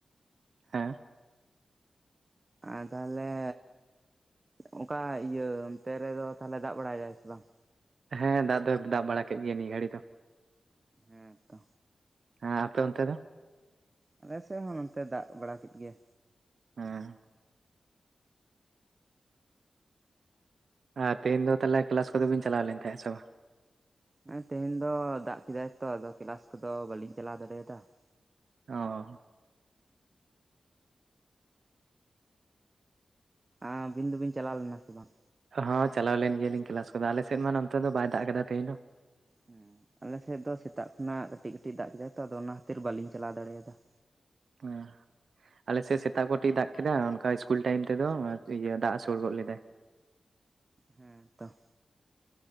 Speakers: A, on the right; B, on the right.
A: ᱦᱮᱸ᱾
B: ᱟᱨ ᱛᱟᱦᱚᱞᱮ, ᱚᱱᱠᱟ ᱤᱭᱟᱹ ᱚᱱᱛᱮ ᱨᱮᱫᱚ ᱛᱟᱦᱚᱞᱮ ᱫᱟᱜ ᱵᱟᱲᱟᱭᱫᱟᱭ ᱥᱮ ᱵᱟᱝ?
A: ᱦᱮᱸ ᱫᱟᱜ ᱫᱚᱭ ᱫᱟᱜ ᱵᱟᱲᱟ ᱠᱮᱫ ᱜᱮᱭᱟ ᱱᱤᱭᱟᱹ ᱜᱷᱟᱹᱲᱤ ᱫᱚ᱾
B: ᱦᱮᱸ ᱛᱚ
A: ᱦᱮᱸ ᱟᱯᱮ ᱚᱱᱛᱮ ᱫᱚ?
B: ᱟᱞᱮ ᱥᱮᱜ ᱦᱚᱸ ᱱᱚᱱᱛᱮ ᱫᱟᱜ ᱵᱟᱲᱟ ᱠᱮᱫ ᱜᱮᱭᱟ᱾
A: ᱦᱮᱸ ᱾ ᱟᱨ ᱛᱮᱦᱮᱧ ᱫᱚ ᱛᱟᱞᱦᱮ ᱠᱮᱞᱟᱥ ᱠᱚᱫᱚ ᱵᱤᱱ ᱪᱟᱞᱟᱣ ᱞᱮᱱ ᱛᱟᱦᱮᱸᱜ ᱥᱮ ᱵᱟᱝ?
B: ᱦᱮᱸ ᱛᱮᱦᱮᱧ ᱫᱚ ᱫᱟᱜ ᱠᱮᱫᱟᱭ ᱛᱚ ᱟᱫᱚ ᱠᱮᱞᱟᱥ ᱠᱚᱫᱚ ᱵᱟᱞᱤᱧ ᱪᱟᱞᱟᱣ ᱫᱟᱲᱮᱭᱟᱫᱟ ᱾
A: ᱚ ᱻᱻ
B: ᱟᱹᱵᱤᱱ ᱫᱚᱵᱤᱱ ᱪᱟᱞᱟᱣ ᱞᱮᱱᱟ ᱥᱮ ᱵᱟᱝ?
A: ᱦᱚᱸ ᱪᱟᱞᱟᱣ ᱞᱮᱱ ᱜᱮᱭᱟᱞᱤᱧ ᱠᱮᱞᱟᱥ ᱠᱚᱫᱚ ᱟᱞᱮ ᱥᱮᱫ ᱢᱟ ᱱᱚᱛᱮ ᱫᱚ ᱵᱟᱭ ᱫᱟᱜ ᱠᱟᱫᱟ ᱛᱮᱦᱮᱧ ᱫᱚ ᱾
B: ᱦᱮᱸ ᱟᱞᱮᱥᱮᱫ ᱫᱚ ᱥᱮᱛᱟᱜ ᱠᱷᱚᱱᱟᱜ ᱠᱟᱹᱴᱤᱡ ᱠᱟᱹᱴᱤᱡ ᱫᱟᱜ ᱠᱮᱫᱟᱭ ᱛᱚ ᱟᱫᱚ ᱚᱱᱟ ᱠᱷᱛᱤᱨ ᱵᱟᱞᱤᱧ ᱪᱟᱞᱟᱣ ᱫᱟᱲᱮᱭᱟ ᱫᱟ ᱾
A: ᱦᱮᱸ ᱾ ᱟᱞᱮᱥᱮᱫ ᱥᱮᱛᱟᱜ ᱠᱟᱴᱤᱡ ᱫᱟᱜ ᱠᱮᱫᱟᱭ ᱚᱱᱠᱟ ᱤᱥᱠᱩᱞ ᱴᱟᱭᱤᱢ ᱛᱮᱫᱚ ᱤᱭᱟᱹ ᱫᱟᱜ ᱦᱥᱩᱲ ᱜᱚᱫ ᱞᱮᱫᱟ ᱾
B: ᱦᱮᱸ ᱛᱚ ᱼᱼ